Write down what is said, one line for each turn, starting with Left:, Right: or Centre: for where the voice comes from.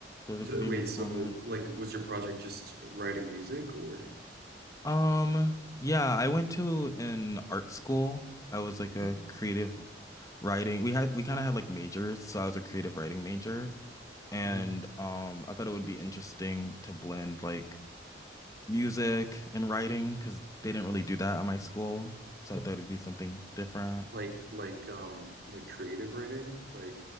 Left: So it was
Right: So,
Left: a pretty
Right: wait,
Left: nice
Right: so
Left: moment.
Right: like was your project just writing music or
Left: Um yeah, I went to an art school. I was like
Right: Mhm.
Left: a creative writing. We had we kind of had like majors, so I was a creative writing major And
Right: Mhm.
Left: um, I thought it would be interesting to blend like music and writing because they didn't really do that at my school. So I thought it'd be something different.
Right: like like um like creative writing? Like